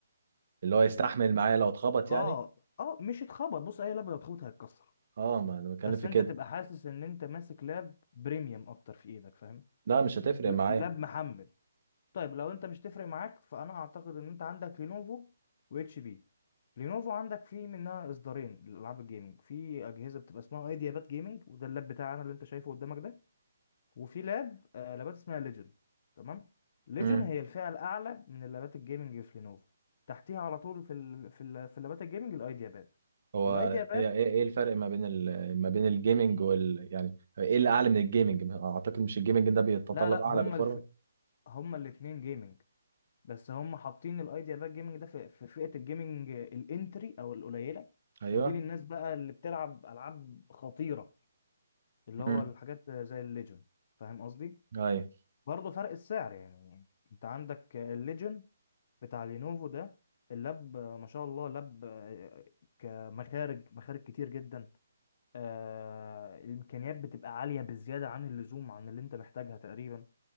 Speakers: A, on the right; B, on the left.
A: اللي هو يستحمل
B: آه يعني
A: معايا لو اتخبط
B: اه
A: يعني
B: اه مش اتخبط بص اي لاب لو اتخبط هيتكسر
A: اه ما انا بتكلم
B: بس
A: في
B: انت
A: كده
B: تبقى حاسس ان انت ماسك لاب بريميوم اكتر في ايدك فاهم
A: لا مش
B: ب-
A: هتفرق
B: ل-
A: معايا
B: لاب محمل طيب لو انت مش تفرق معاك فانا اعتقد ان انت عندك لينوفو واتش بي لينوفو عندك فيه منها اصدارين لالعاب الجيمنج في اجهزه بتبقى اسمها ايدياباد جيمنج وده اللاب بتاعنا اللي انت شايفه قدامك ده وفي لاب آه لابات اسمها ليجن تمام ليجن
A: امم
B: هي الفئه الاعلى من اللابات الجيمنج في لينوفو تحتيها على طول في ال... في ال... في اللابات الجيمنج الايدياباد
A: هو
B: الايدياباد
A: هي ايه ايه الفرق ما بين ال... ما بين الجيمنج وال يعني ايه اللي اعلى من الجيمنج اعتقد مش الجيمنج ده بيتطلب
B: لا لا
A: اعلى
B: هما
A: بالفورمه
B: الف... هما الاثنين جيمنج بس هم حاطين الايديا بقى الجيمنج ده في في فئة الجيمنج الانتري او القليلة
A: ايوه
B: ودي للناس بقى اللي بتلعب العاب خطيرة اللي هو
A: امم
B: الحاجات زي الليجن فاهم قصدي
A: ايوه
B: برضه فرق السعر يعني انت عندك الليجن بتاع لينوفو ده اللاب ما شاء الله لاب كمخارج مخارج كتير جدا آه، الامكانيات بتبقى عالية بالزيادة عن اللزوم عن اللي انت محتاجها تقريبا